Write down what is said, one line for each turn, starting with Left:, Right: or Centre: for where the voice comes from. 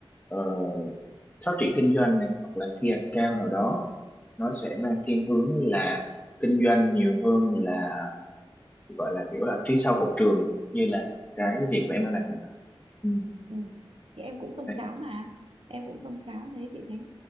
Left: ờ, phát triển kinh doanh này hoặc là key account nào đó nó sẽ mang thiên hướng là kinh doanh nhiều hơn là gọi là kiểu là phía sau hậu trường như là cái
Right: ừ,
Left: việc của em đang làm hiện tại Ừ.
Right: ừ. thì em cũng xông
Left: Đấy.
Right: xáo mà em cũng xông xáo thế chị thấy